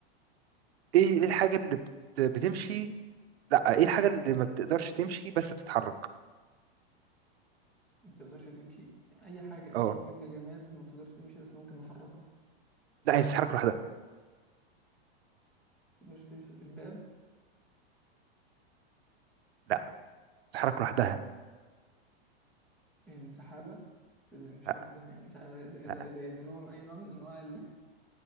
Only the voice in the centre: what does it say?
ما تقدرش تمشي اي حاجه
اي حاجه جماد ما بتقدرش تمشي بس ممكن نحركها
تقدرش تمشي الباب
السحابة بس ده مش
لوحدها يعني مش عارف ده ده
ده ده, ده نوع أي نوع من أنواع ال...